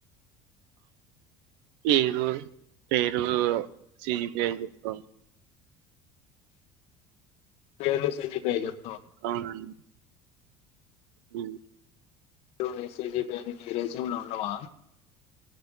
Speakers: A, on the right (about 80°); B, on the left (about 65°).
A: పేరు పేరు సిపిఎ అని చెప్తామ్
B: పేరు సిజిపిఎ చెప్
A: అవునండి ఉం
B: నీ సిజీపీఎ అని నీ రెజ్యూమ్ లో ఉండవా